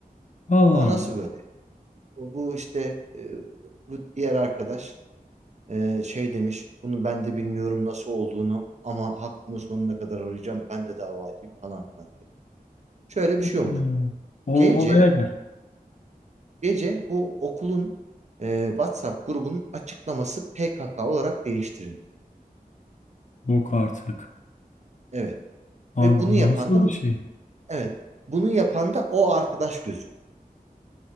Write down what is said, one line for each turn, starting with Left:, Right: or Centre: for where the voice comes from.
Left: Allah
Right: Ama nasıl
Left: Allah.
Right: böyle? Bu bu işte e, bu diğer arkadaş Ee, şey demiş, bunu ben de bilmiyorum nasıl olduğunu ama hakkımı sonuna kadar arayacağım, ben de davacıyım falan filan diye. Şöyle bir şey olmuş.
Left: Hmm. Ol,
Right: Gece,
Left: olaya gel.
Right: gece bu okulun e, WhatsApp grubunun açıklaması PKK olarak değiştirilmiş.
Left: Yok artık.
Right: Evet.
Left: Abi
Right: Ve bunu yapan
Left: bu nasıl
Right: da,
Left: bir şey?
Right: evet, bunu yapan da o arkadaş gözük.